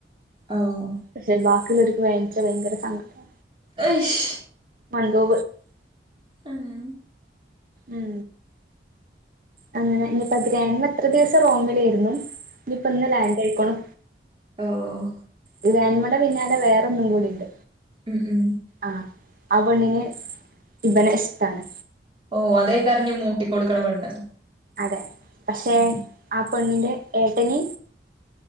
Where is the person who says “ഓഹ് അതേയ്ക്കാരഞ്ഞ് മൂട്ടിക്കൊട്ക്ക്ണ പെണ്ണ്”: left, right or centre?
Right